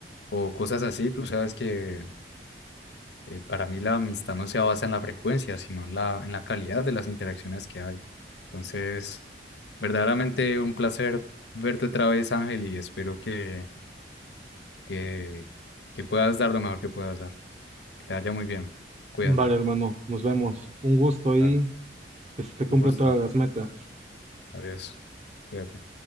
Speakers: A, on the left; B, on the right.
A: o cosas así, tú sabes que Eh, para mí la amistad no se basa en la frecuencia, sino en la, en la calidad de las interacciones que hay. Entonces, verdaderamente un placer verte otra vez, Ángel, y espero que, que, que puedas dar lo mejor que puedas dar. Que te vaya muy bien. Cuídate.
B: Vale, hermano, nos vemos. Un gusto
A: Dale.
B: y que se te cumplan
A: Un gusto.
B: todas las metas.
A: Adiós. Cuídate.